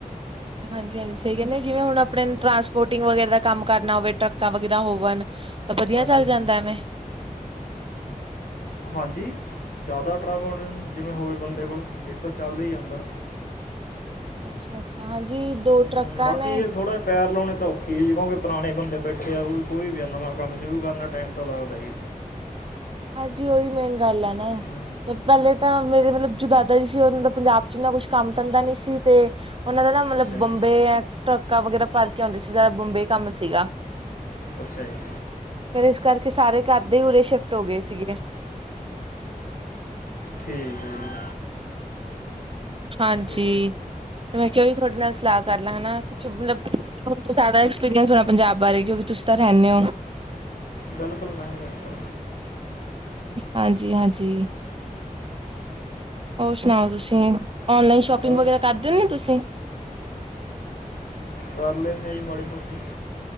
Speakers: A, on the right; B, on the left.
A: ਹਾਂਜੀ, ਹਾਂਜੀ ਸਹੀ ਕਹਿੰਦੇ, ਜਿਵੇਂ ਹੁਣ
B: ਹੂੰ,
A: ਆਪਣੇ ਟਰਾਂਸਪੋਰਟ ਟਿੰਗ ਵਗੈਰਾ ਦਾ ਕੰਮ ਕਰਨਾ ਹੋਵੇ ਟਰੱਕਾਂ ਵਗੈਰਾ ਹੋਵਣ ਤਾਂ ਵਧੀਆ
B: ਹਾਂਜੀ
A: ਚੱਲ
B: ਹਾਂਜੀ
A: ਜਾਂਦਾ ਐਵੇਂ
B: ਹਾਂਜੀ ਜ਼ਿਆਦਾ ਟਰੈਵਲ ਜਿਵੇਂ ਹੋਵੇ ਬੰਦੇ ਕੋਲ ਇਹ ਤਾਂ ਚੱਲ ਹੀ ਜਾਂਦਾ।
A: ਅੱਛਾ, ਅੱਛਾ ਹਾਂਜੀ ਦੋ
B: ਹੂੰ,
A: ਟਰੱਕਾਂ
B: ਬਾਕੀ
A: ਨੇ
B: ਇਹ ਥੋੜਾ ਪੈਰ ਲਾਉਣੇ ਤਾਂ ਔਖੀ ਜੀ ਕਿਉਂਕਿ ਪੁਰਾਣੇ ਬੰਦੇ ਬੈਠੇ ਆ ਕੋਈ ਵੀ ਆ ਨਵਾਂ ਕੰਮ ਸ਼ੁਰੂ ਕਰਨਨਾ ਟਾਈਮ ਤਾਂ ਲੱਗਦਾ ਹੀ।
A: ਹਾਂਜੀ ਉਓਹੀ ਮੇਨ ਗੱਲ ਆ ਨਾ
B: ਹੂੰ,
A: ਪਹਿਲੇ ਤਾਂ ਮੇਰੇ ਮਤਲਬ ਜੋ ਦਾਦਾ ਜੀ ਸੀ ਉਹਨਾਂ ਦਾ ਪੰਜਾਬ ਚ ਇੰਨਾ ਕੁਛ ਕੰਮ ਧਦਾ ਨੀ ਸੀ ਤੇ ਉਹਨਾਂ ਦਾ ਨਾ ਮਤਲਬ
B: ਅੱਛਾ ਜੀ
A: ਬੰਬੇ ਟਰੱਕਾਂ ਵਗੈਰਾ ਭਾਰ ਕੇ ਆਉਂਦੇ ਸੀ ਬੰਬੇ ਕੰਮ ਸੀਗਾ।
B: ਅੱਛਾ ਜੀ
A: ਫਿਰ ਇਸ ਕਰਕੇ ਸਾਰੇ ਕਰਦੇ ਉਰੇ ਸ਼ਿਫਟ ਹੋ ਗਏ ਸੀਗੇ।
B: ਠੀਕ ਹੈ ਜੀ।
A: ਹਾਂਜੀ,
B: ਤੇ
A: ਤੇ ਮੈਂ ਕਿਹਾ ਉਹੀ ਤੁਹਾਡੇ ਨਾਲ ਸਲਾਹ ਕਰ ਲ ਹਨਾ ਕੁਛ ਮਤਲਬ ਦਾ ਐਕਸਪੀਰੀਅੰਸ ਹੋਣਾ ਪੰਜਾਬ ਬਾਰੇ ਕਿਉਂਕਿ ਤੁਸੀਂ ਤਾਂ ਰਹਿੰਦੇ ਹੋ।
B: ਬਿਲਕੁਲ ਮੈਮ ਬਿਲਕੁਲ
A: ਹਾਂਜੀ, ਹਾਂਜੀ ਹੋਰ ਸੁਣਾਓ ਤੁਸੀਂ ਓਨਲਾਈਨ ਸ਼ੋਪਿੰਗ
B: ਬਸ
A: ਵਗੈਰਾ ਕਰਦੇ ਤੁਸੀਂ
B: ਕਰ ਲੇਣੈ ਆ ਜੀ ਮਾੜੀ ਮੋਟੀ